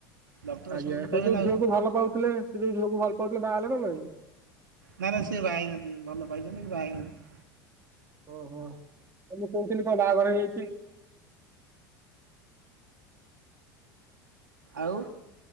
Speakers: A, on the right; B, on the right.
A: ଡକ୍ଟର
B: ଆଜ୍ଞା
A: ଶୁଣିଲି
B: ସେ
A: କହିବେ
B: ଯୋଉ
A: ନା ଆଉ
B: ଝିଅକୁ ଭଲ ପାଉଥିଲେ ସେ ଯୋଉ ଝିଅକୁ ଭଲ ପାଉଥିଲେ ବାହା ହେଲେ ନା ନାଇଁ?
A: ନା ନା ସିଏ ବାହା ହେଇନାହାନ୍ତି ଭଲ ପାଇଛନ୍ତି କିନ୍ତୁ ବାହା ହେଇନାହାନ୍ତି।
B: ଓହୋ ମୁଁ କହୁଥିଲି କଁ ବାହାଘର ହେଇଯାଇଚି
A: ଆଉ?